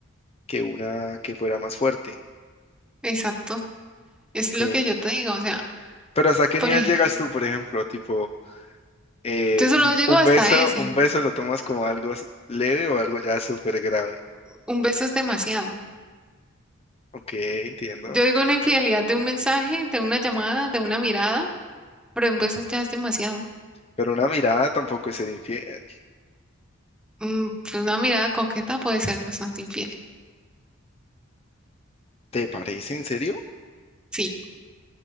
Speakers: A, on the left; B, in the centre.
A: que una que fuera más fuerte.
B: Exacto. Es
A: Ok,
B: lo que yo te digo, o sea,
A: pero ¿hasta qué
B: por
A: nivel
B: ej-
A: llegas tú, por ejemplo? Tipo, eh,
B: yo solo
A: un,
B: llego
A: un
B: hasta
A: beso,
B: ese.
A: un beso lo tomas como algo s- leve o algo ya súper grave.
B: Un beso es demasiado.
A: Ok, entiendo.
B: Yo digo una infidelidad de un mensaje, de una llamada, de una mirada, pero un beso ya es demasiado.
A: Pero una mirada tampoco es ser infiel.
B: Mm, pues una mirada coqueta puede ser bastante infiel.
A: ¿Te parece en serio?
B: Sí.